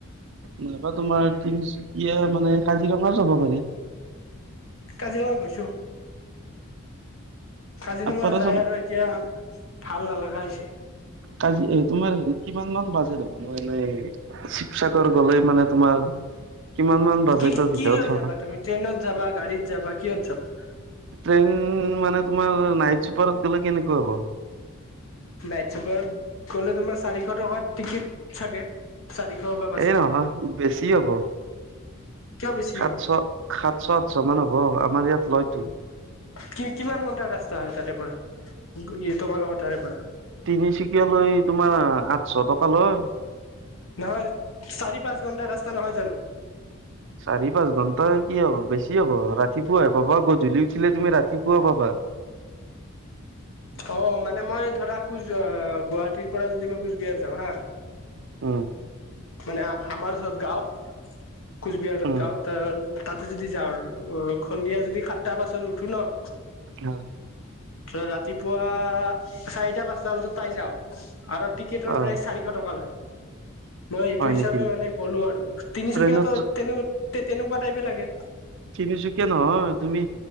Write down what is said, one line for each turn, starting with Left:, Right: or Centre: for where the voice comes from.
Right: নাইবা তোমাৰ তিনিচুকীয়া মানে কাজিৰঙাও যাব পাৰি।
Left: কাজিৰঙা গৈছোঁ, কাজিৰঙা
Right: আপাৰ আচাম
Left: যায় আৰু এতিয়া ভাল নালাগা হৈছে।
Right: কাজি তোমাৰ হেৰি কিমান মান বাজেট হ'বনো এনে শিৱসাগৰ গ'লে মানে তোমাৰ কিমান মান বাজেটৰ
Left: কি
Right: ভিতৰত
Left: কি লৈ যাবা
Right: হ'ব।
Left: তুমি ট্ৰেইনত যাবা, গাড়ীত যাবা কিহত যাবা?
Right: ট্ৰেইন মানে তোমাৰ নাইট চুপাৰত গ'লে কেনেকুৱা হ'ব।
Left: নাইট চুপাৰত গ'লে তোমাৰ চাৰিশ টকা টিকিট চাগে। চাৰিশ বা পাঁচশ।
Right: এই নহয় বেছি হ'ব।
Left: বেছি
Right: সাতশ
Left: হ'ব
Right: সাতশ আঠশ মান হ'ব আমাৰ ইয়াত লয়তো।
Left: কি কিমান ঘণ্টাৰ ৰাস্তা হয় তাৰে পৰা, তোমালোকৰ তাৰে পৰা।
Right: তিনিচুকীয়া লৈ তোমাৰ আঠশ টকা লয়।
Left: নহয়, চাৰি পাঁচ, ঘণ্টা ৰাস্তা নহয় জানো।
Right: চাৰি পাঁচ ঘণ্টা কি হ'ব বেছি হ'ব ৰাতিপুৱাই পাবা গধূলি উঠিলে তুমি ৰাতিপুৱা পাবা।
Left: অ' মানে মই ধৰা কোচ গুৱাহাটীৰ পৰা যদি মই কোচবিহাৰ যাওঁ হা
Right: উম
Left: মানে আমাৰ য'ত গাওঁ। কোচবিহাৰত
Right: উম,
Left: গাওঁ তাৰ তাতে যদি যাওঁ সন্ধিয়া যদি সাতটা বাছত উঠো ন। <inaudible>
Right: হয়।
Left: তে ৰাতিপুৱা চাৰিটা পাঁচটা বজাত পাই যাওঁ। আৰু- টিকেটৰ
Right: অহ,
Left: প্ৰাইচ চাৰিশ টকা লয়। মই এইটো
Right: হয়
Left: হিচাপে
Right: নেকি?
Left: মানে ক'লো আৰু তিনিচুকীয়াতো
Right: ট্ৰেইনত
Left: তেনে তেনেকুৱা টাইপে লাগে।
Right: তিনিচুকীয়া নহয়। তুমি